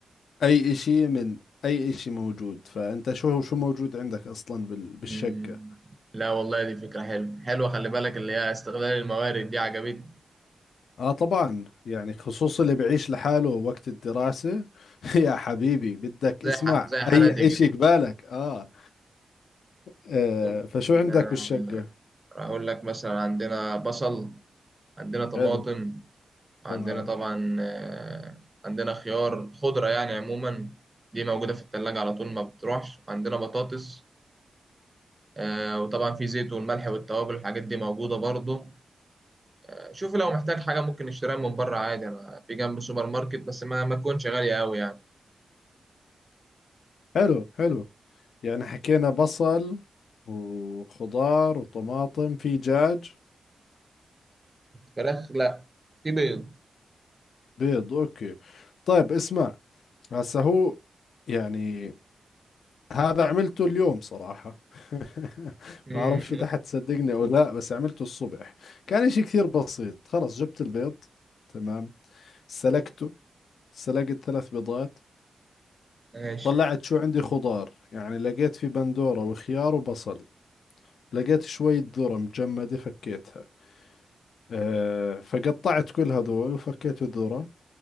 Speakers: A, on the left (about 80°); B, on the right (about 15°).
A: اي اشي من اي اشي موجود فانت شو شو موجود عندك اصلا بال- بالشقة
B: مم. لا والله دي فكره حلوه حلوه خلي بالك اللي هي استغلال الموارد دي عجبتني
A: اه طبعا يعني خصوصا اللي بعيش لحاله وقت الدراسة <laughs> يا حبيبي بدك
B: زي
A: اسمع
B: ح... زي حالاتي
A: اي
B: كده
A: اشي قبالك آه. اه
B: ممكن
A: فشو عندك
B: آه،
A: بالشقة
B: اقول لك مثلا عندنا بصل عندنا طماطم
A: حلو
B: عندنا
A: تمام
B: طبعا آه، عندنا خيار خضرة يعني عموما دي موجودة في التلاجة على طول ما بتروحش عندنا بطاطس آه، وطبعا في زيت والملح والتوابل الحاجات دي موجودة برضو آه، شوف لو محتاج حاجة ممكن نشتريها من بره عادي أنا في جنب سوبر ماركت بس ما ما تكونش غالية أوي يعني
A: حلو حلو يعني حكينا بصل وخضار وطماطم في دجاج
B: فراخ لا في بيض
A: بيض اوكي طيب اسمع هسه هو يعني هذا عملته اليوم صراحة <laughs>
B: مم.
A: ما اعرفش اذا حتصدقني او لا بس عملته الصبح كان اشي كثير بسيط خلص جبت البيض تمام سلقته سلقت ثلاث بيضات
B: ماشي
A: طلعت شو عندي خضار يعني لقيت في بندورة وخيار وبصل لقيت شوية ذرة مجمدة فكيتها أه فقطعت كل هذول وفكيت الذرة